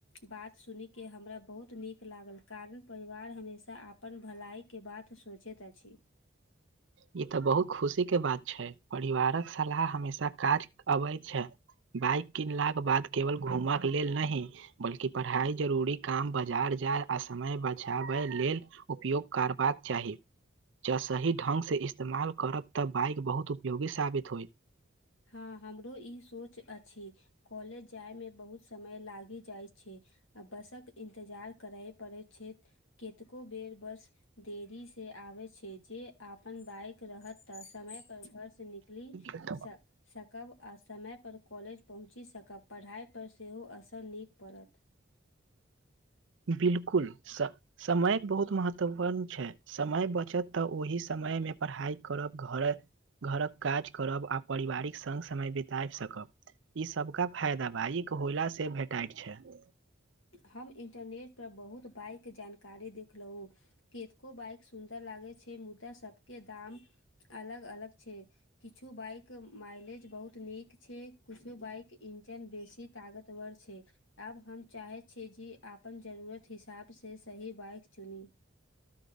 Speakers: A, on the left; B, on the right.
A: बात सुन के हमरा बहुत नीक लागल कारण परिवार हमेशा अपन भलाइ के बात सोचैत अछि
B: ई तऽ बहुत खुशी के बात छै परिवारक सलाह हमेशा काज अबै छै बाइक किनलाक के बाद केवल घूमऽके लेल नहि बल्कि पढ़ाइ जरूरी काम बाजार जाय आ समय बचाबै लेल उपयोग करबाक चाही जँ सही ढंगसँ इस्तेमाल करब तऽ बाइक बहुत उपयोगी साबित होइ
A: हँ हमरो ई सोच अछि कॉलेज जायमे बहुत समय लागि जाइत छै आ बसक इन्तजार करय पड़ैत छै कतेको बेर बस देरी से आबे छै जे अपन बाइक रहत तऽ समय पर घर से निकलि
B: त
A: स सकब आ समयपर कॉलेज पहुँचि सकब पढ़ाइ पर सेहो असर नीक पड़त
B: बिलकुल समय बहुत महत्वपूर्ण छै समय बचत तऽ ओहि समय मे पढ़ाइ करब घर घरक काज करब आ परिवारिक सङ्ग समय बित सकब <unintelligible>
A: हम इन्टरनेटपर बहुत बाइके जानकारी देखलहुँ कि को बाइक सुन्दर लागे छैय मुदा सबके दाम अलग अलग छैय। किछु बाइक माइलेज बहुत नीक छैय किछो बाइक इंजन बेसी ताकतवर छैय आब हम चाहेत छीयै जे अपन जरूरत हिसाब से सही बाइक चुनी।